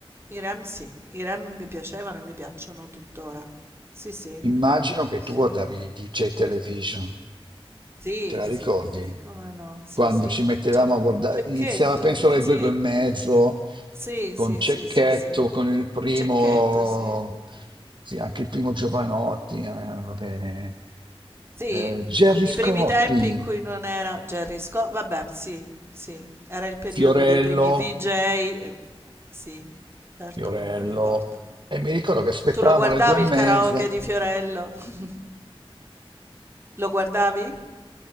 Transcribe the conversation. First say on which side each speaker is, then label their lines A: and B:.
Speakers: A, on the right (about 25°); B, on the right (about 55°).
A: i Rem sì, i Rem mi piacevano e mi piacciono tuttora. Sì, sì,
B: Immagino che
A: sì,
B: tu guardavi DJ Television,
A: sì,
B: te la
A: sì,
B: ricordi?
A: sì, come no? Sì,
B: Quando
A: sì,
B: ci mettevamo
A: c'è
B: a guardare,
A: Cecchetto,
B: iniziava penso alle
A: sì,
B: due, due e mezzo,
A: Sì,
B: con
A: sì,
B: Cecchetto,
A: sì, sì, sì.
B: con il primo,
A: Cecchetto, sì.
B: sì, anche il primo Giovanotti, eh, va bene,
A: Sì,
B: eh, Gerry
A: i
B: Scotti,
A: primi tempi in cui non era Jerry Scott, vabbè, sì, sì, era il periodo
B: Fiorello.
A: dei primi VJ, eh, sì, certo
B: Fiorello.
A: che me lo ricordo.
B: E mi ricordo che aspettavamo
A: Tu lo guardavi
B: le due e mezza.
A: il karaoke di Fiorello? <laughs> Lo guardavi?